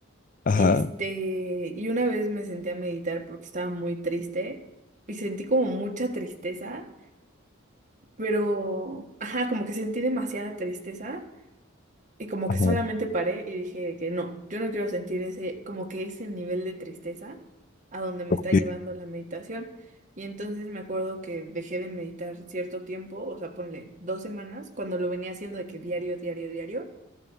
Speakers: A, on the left; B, on the right.
A: Ajá,
B: Este, y una vez me senté a meditar porque estaba muy triste y sentí como mucha tristeza, pero, ajá, como que sentí demasiada tristeza Y como que
A: ajá,
B: solamente paré y dije que no, yo no quiero sentir ese, como que ese nivel de tristeza a donde me
A: ok,
B: está llevando la meditación. Y entonces me acuerdo que dejé de meditar cierto tiempo, o sea, ponle dos semanas, cuando lo venía haciendo de que diario, diario, diario.